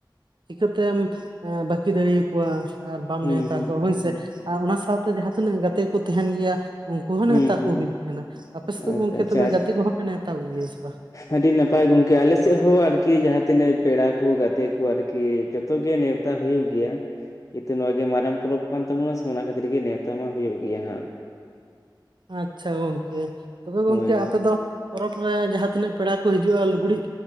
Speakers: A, on the right; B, on the left.
A: ᱪᱤᱠᱟᱹᱛᱮᱢ ᱵᱟᱹᱠᱤ ᱫᱟᱲᱮ ᱟᱠᱠᱚᱣᱼᱟ ᱟᱨ ᱵᱟᱢ
B: ᱦᱩᱸ
A: ᱱᱮᱣᱛᱟ
B: ᱦᱩᱸ
A: ᱠᱚᱣᱟ
B: ᱦᱩᱸ
A: ᱦᱳᱭᱥᱮ᱾
B: ᱦᱩᱸ
A: ᱟᱨ ᱚᱱᱟ ᱥᱟᱶᱛᱮ ᱡᱟᱦᱟᱸ ᱛᱤᱱᱟᱹᱜ ᱜᱟᱛᱮ ᱠᱚ ᱛᱟᱦᱮᱱ ᱜᱮᱭᱟ ᱩᱱᱠᱩ ᱦᱚᱸ
B: ᱦᱩᱸ
A: ᱱᱮᱶᱛᱟ
B: ᱦᱩᱸ
A: ᱠᱚ ᱦᱩᱭᱩᱜ
B: ᱦᱩᱸ
A: ᱛᱟᱸᱦᱮᱱᱟ᱾ ᱟᱯᱮ ᱥᱮᱫ
B: ᱟᱪᱪᱷᱟ
A: ᱜᱚᱝᱠᱮ
B: ᱟᱪᱪᱷᱟ
A: ᱛᱚᱵᱮ ᱜᱟᱛᱮ ᱠᱚᱦᱚᱸ ᱯᱮ ᱱᱮᱶᱛᱟ ᱠᱚᱜᱮᱭᱟ ᱥᱮ ᱵᱟᱝ?
B: ᱟᱹᱰᱤ ᱱᱟᱯᱟᱭ ᱜᱚᱝᱠᱮ ᱟᱞᱮᱥᱮᱫ ᱦᱚᱸ ᱟᱨᱠᱤ ᱡᱟᱦᱟᱸ ᱛᱤᱱᱟᱹᱜ ᱯᱮᱲᱟ ᱠᱚ ᱜᱟᱛᱮ ᱠᱚ ᱟᱨᱠᱤ ᱡᱚᱛᱚ ᱜᱮ ᱱᱮᱶᱛᱟ ᱦᱟ ᱦᱩᱭᱩᱜ ᱜᱮᱭᱟ ᱠᱤᱱᱛᱩ ᱱᱚᱣᱟ ᱜᱮ ᱢᱟᱨᱟᱝ ᱯᱚᱨᱚᱵᱽ ᱠᱟᱱ ᱛᱟᱵᱚᱱᱟ ᱥᱮ ᱚᱱᱟ ᱠᱷᱟᱹᱛᱤᱨ ᱜᱮ ᱱᱮᱶᱛᱟ ᱢᱟ ᱦᱩᱭᱩᱜ ᱜᱮᱭᱟ ᱦᱟᱸᱜ᱾
A: ᱟᱪᱪᱷᱟ ᱜᱚᱝᱠᱮ ᱛᱚᱵᱮ ᱜᱚᱝᱠᱮ
B: ᱦᱳᱭ
A: ᱟᱯᱮ ᱫᱚ ᱯᱚᱨᱚᱵ ᱨᱮ ᱡᱟᱦᱟᱸᱛᱤᱱᱟᱹᱜ ᱯᱮᱲᱟ ᱠᱚ ᱦᱤᱡᱩᱜᱼᱟ ᱞᱩᱜᱽᱲᱤᱡ